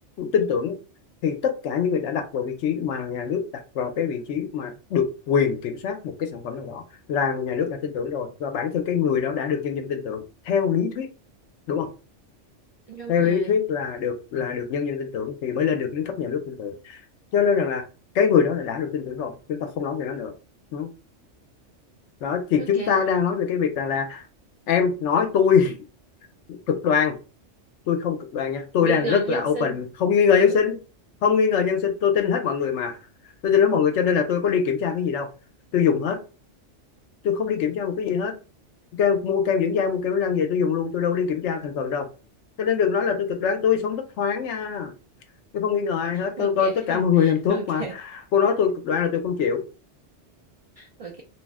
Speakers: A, on the left; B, on the right.
A: tin tưởng thì tất cả những người đã đặt vào vị trí mà nhà nước đặt vào cái vị trí mà được quyền kiểm soát một cái sản phẩm nào đó là nhà nước đã tin tưởng rồi và bản thân cái người đó đã được nhân dân tin tưởng theo lý thuyết đúng không
B: <laughs> đúng
A: theo
B: rồi
A: lý thuyết là được là được nhân dân tin tưởng thì mới lên được đến cấp nhà nước tin tưởng cho nên rằng là cái người đó là đã được tin tưởng rồi chúng ta không nói về nó nữa Đúng. đó thì
B: ok
A: chúng ta đang nói về cái việc rằng là là em nói tôi cực đoan tôi không cực đoan nha tôi
B: nghi
A: đang
B: ngờ
A: rất
B: nhân
A: là open
B: sinh
A: không nghi ngờ
B: ừ
A: nhân sinh không nghi ngờ nhân sinh tôi tin hết mọi người mà tôi tin hết mọi người cho nên là tôi có đi kiểm tra cái gì đâu tôi dùng hết tôi không đi kiểm tra một cái gì hết Kem, mua kem dưỡng da mua kem đánh răng về tôi dùng luôn tôi đâu đi kiểm tra thành phần đâu cho nên đừng nói là tôi cực đoan tôi sống rất thoáng nha tôi không nghi ngờ ai hết
B: ok
A: tôi coi tất cả
B: <laughs>
A: mọi người làm tốt
B: ok
A: mà cô nói tôi cực đoan là tôi không chịu
B: ok